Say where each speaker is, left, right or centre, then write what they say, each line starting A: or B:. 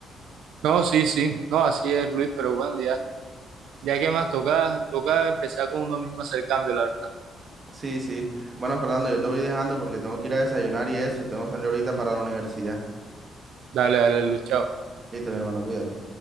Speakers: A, on the right; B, on the right.
A: No, sí, sí, no, así es, Luis, pero bueno, ya, ya que más toca, toca empezar con uno mismo a hacer cambio, la verdad.
B: Sí, sí. Bueno, Fernando, yo te voy dejando porque tengo que ir a desayunar y eso. Tengo que salir ahorita para la universidad.
A: Dale, dale, Luis, chao.
B: Listo, mi hermano, cuídate.